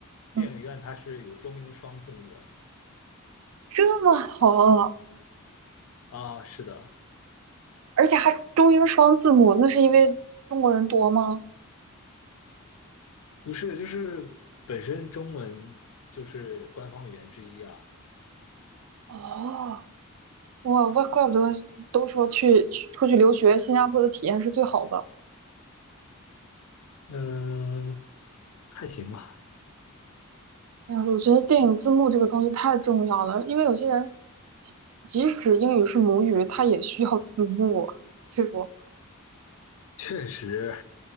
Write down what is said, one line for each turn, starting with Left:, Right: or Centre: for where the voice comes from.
Left: 电影院它是有中英双字幕的
Right: 嗯，这么好，
Left: 啊，是的，
Right: 而且还中英双字幕，那是因为中国人多吗？
Left: 不是，就是本身中文就是官方语言之一啊，
Right: 哦。哇，怪怪不得都说去去出去留学，新加坡的体验是最好的。
Left: 嗯，还行吧，
Right: 哎呀，我觉得电影字幕这个东西太重要了，因为有些人即即使英语是母语，他也需要字幕啊，对不？
Left: 确实，